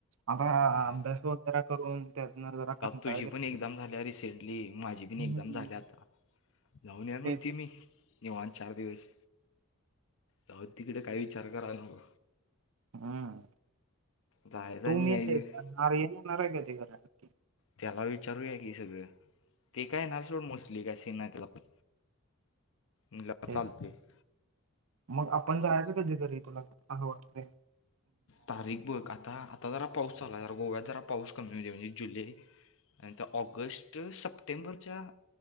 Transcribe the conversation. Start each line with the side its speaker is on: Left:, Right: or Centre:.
Right: आता
Left: ह
Right: अभ्यास वगैरे करून त्यातनं जरा कंटाळा
Left: तुझी
Right: येतो.
Left: पण एक्झाम झाल्या रिसेंट- ली माझी बी
Right: हम्म,
Left: एक्झाम झाली आता जाऊन या म्हण
Right: तेच
Left: ती मी. निवांत चार दिवस तेव्हा तिकडे कायही विचार कराय नको.
Right: हम्म
Left: जायचं
Right: तू
Left: आणि
Right: मी
Left: यायचं
Right: येणार न कचे घरा आण-
Left: त्याला विचारूया की सगळं ते काय येणार सोड मोस्टली काय सीन नाय त्याला पण- म्हणलं
Right: तेच
Left: चालते
Right: मग आपण जायचं का कधी तरी तुला असं वाटतय?
Left: तारीख बघ आता आता जरा पाऊस चालू हाय गोव्यात जरा पाऊस कमी होऊदे म्हणजे जुलै- नाही त ऑगस्ट सप्टेंबरच्या-